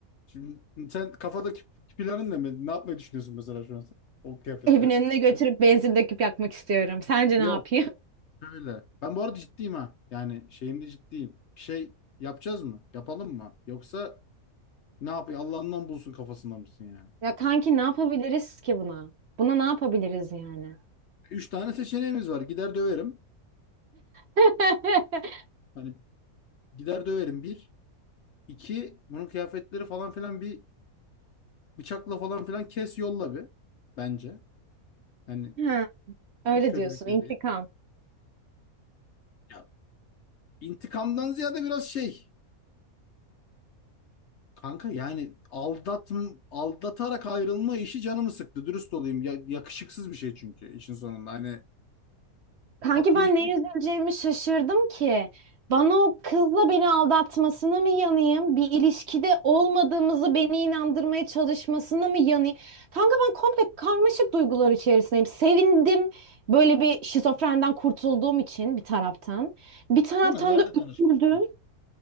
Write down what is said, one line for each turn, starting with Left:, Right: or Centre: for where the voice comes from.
Left: şimdi sen kafadaki planın ne? Ne yapmayı düşünüyorsun mesela şu an sen? O kıyafetleri.
Right: Evin önüne götürüp benzin döküp yakmak istiyorum. Sence
Left: Yok.
Right: ne yapayım? <laughs>
Left: Şöyle. Ben bu arada ciddiyim ha. Yani şeyimde ciddiyim. Bir şey yapacağız mı? Yapalım mı? Yoksa ne yapayım? Allah'ından bulsun kafasında mısın yani?
Right: Ya kanki ne yapabiliriz ki buna? Buna ne yapabiliriz yani?
Left: Üç tane seçeneğimiz var. Gider döverim.
Right: <laughs>
Left: Hani gider döverim bir. İki, bunun kıyafetleri falan filan bir bıçakla falan filan kes yolla bir. Bence. Hani
Right: Ha, öyle
Left: hiç kötü
Right: diyorsun.
Left: bir fikir
Right: İntikam.
Left: değil. Ya intikamdan ziyade biraz şey. Kanka yani aldat aldatarak ayrılma işi canımı sıktı. Dürüst olayım. Ya, yakışıksız bir şey çünkü işin sonunda. Hani
Right: Kanki
Left: Tatlı
Right: ben
Left: bir
Right: neye
Left: şey
Right: üzüleceğimi şaşırdım ki. Bana o kızla beni aldatmasına mı yanayım? Bir ilişkide olmadığımızı beni inandırmaya çalışmasına mı yanayım? Kanka ben komple karmaşık duygular içerisindeyim. Sevindim böyle bir şizofrenden kurtulduğum için bir taraftan. Bir taraftan
Left: ama nerede
Right: da
Left: tanışmıştınız?
Right: üzüldüm.